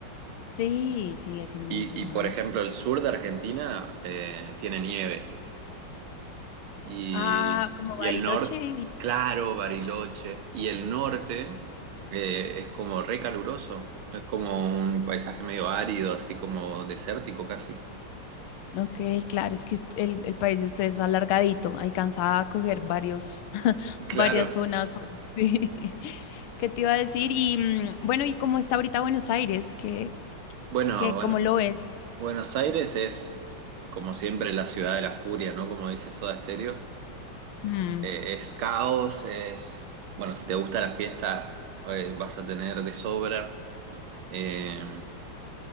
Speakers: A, on the left; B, on the right.
A: Sí, sí, es inmenso,
B: Y, y,
A: ajá.
B: por ejemplo, el sur de Argentina eh, tiene nieve. Y,
A: Ah, como
B: y
A: Bariloche.
B: el norte, claro, Bariloche. Y el norte eh, es como re caluroso. Es como un paisaje medio árido, así como desértico casi.
A: Ok, claro, es que ust- el, el país de ustedes es alargadito, alcanza a coger varios, <laughs>
B: Claro.
A: varias zonas. Sí. <laughs> ¿Qué te iba a decir? Y mm, bueno, ¿y cómo está ahorita Buenos Aires? ¿Qué,
B: Bueno,
A: qué,
B: bueno,
A: cómo lo ves?
B: Buenos Aires es, como siempre, la ciudad de la furia, ¿no? Como dice Soda Stereo.
A: Mm,
B: eh, es caos, es, bueno, si te gusta la fiesta, eh, vas a tener de sobra. Eh,